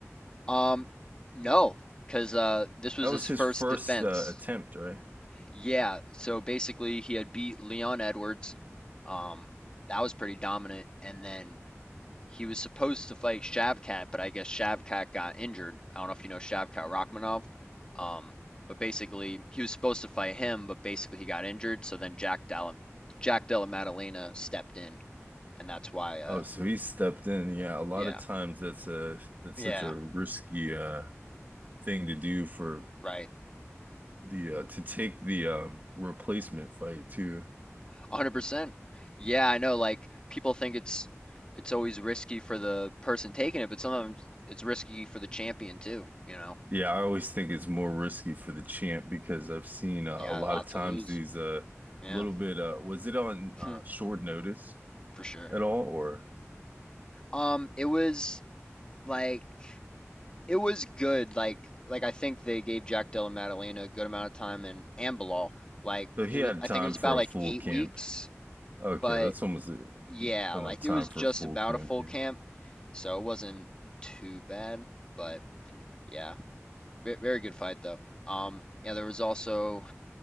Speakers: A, on the left; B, on the right.
A: Um, no, because uh, this was
B: That was
A: his first
B: his first
A: defense.
B: uh, attempt, right?
A: Yeah, so basically he had beat Leon Edwards. Um, that was pretty dominant, and then he was supposed to fight Shavkat, but I guess Shavkat got injured. I don't know if you know Shavkat Rachmanov. Um, but basically he was supposed to fight him, but basically he got injured. So then Jack Della Jack Della Maddalena stepped in, and that's why. Uh,
B: Oh, so he stepped in. Yeah, a lot
A: yeah,
B: of times that's a that's
A: yeah,
B: such a risky uh thing to do for
A: right.
B: the uh to take the um replacement fight too.
A: 100%. Yeah, I know. Like people think it's it's always risky for the person taking it, but sometimes it's risky for the champion too, you know.
B: Yeah, I always think it's more risky for the champ because I've seen uh,
A: They got
B: a lot
A: a lot
B: of times
A: to lose.
B: these uh
A: Yeah.
B: little bit uh was it on uh
A: <laughs>
B: short notice?
A: For sure.
B: at all, or
A: Um, it was like it was good. Like like I think they gave Jack Della Maddalena a good amount of time and and Bilal. Like
B: so he
A: it was
B: had
A: I
B: time
A: think it was
B: for
A: about
B: a
A: like
B: full
A: eight
B: camp.
A: weeks,
B: Okay,
A: but
B: that's almost uh,
A: yeah,
B: enough
A: like
B: time
A: it was
B: for
A: just
B: a full
A: about
B: camp.
A: a full
B: Yeah,
A: camp, so it wasn't too bad. But yeah. Very good fight though. Um, yeah, there was also